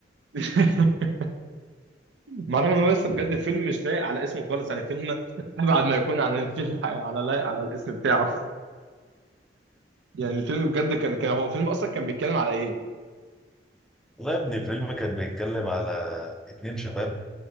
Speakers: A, on the right; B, in the centre.
A: <laughs> مع ان هو لسه بجد فيلم مش لايق على اسمه خالص يعني فيلم ابعد ما يكون عن الفيلم على لايق على الاسم بتاعه يعني الفيلم بجد كان كان هو الفيلم اصلا كان بيتكلم على ايه
B: والله يا ابني الفيلم كان بيتكلم على اتنين شباب